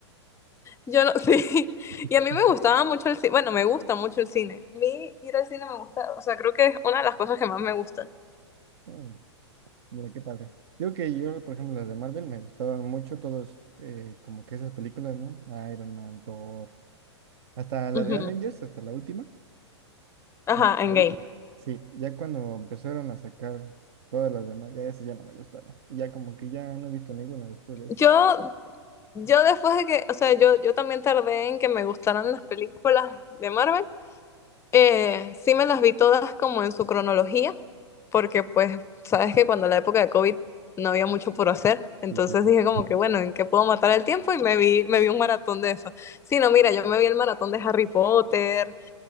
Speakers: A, on the left; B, on the right.
A: Yo no, <laughs> sí.
B: <laughs>
A: Y a mí me gustaba mucho el cine, bueno, me gusta mucho el cine. A mí ir al cine me gusta, o sea, creo que es una de las cosas que más me gustan.
B: Oh, mira, qué padre. Digo que yo, por ejemplo, las de Marvel me gustaban mucho todos, eh, como que esas películas, ¿no? Iron Man, Thor, hasta la
A: Ujú.
B: de Avengers, hasta la última.
A: Ajá,
B: Hasta
A: en
B: ahí.
A: game.
B: Sí, ya cuando empezaron a sacar todas las demás, ya esas ya no me gustaron. Y ya como que ya no he visto ninguna después de eso.
A: Yo Yo después de que, o sea, yo, yo también tardé en que me gustaran las películas de Marvel. Eh, sí me las vi todas como en su cronología, porque pues sabes que cuando la época de COVID no había mucho por hacer, entonces
B: Sí, sí, sí.
A: dije como que bueno, ¿en qué puedo matar el tiempo? Y me vi, me vi un maratón de eso. Sí, no, mira, yo me vi el maratón de Harry Potter,